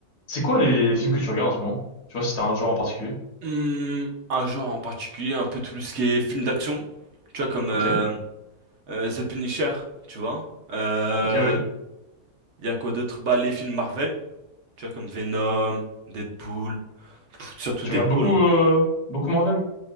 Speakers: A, on the left; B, on the right.
A: C'est quoi les films que tu regardes en ce moment? Tu vois, si t'as un genre en particulier.
B: Hmm, un genre en particulier, un peu tout ce qui est film d'action, tu vois, comme
A: Ok,
B: euh, euh, The Punisher, tu vois. Euh,
A: ok, oui.
B: Il y a quoi d'autre? Bah, les films Marvel, tu vois, comme Venom, Deadpool, pff, surtout
A: Tu
B: Deadpool.
A: regardes beaucoup,
B: Hein.
A: euh, beaucoup Marvel?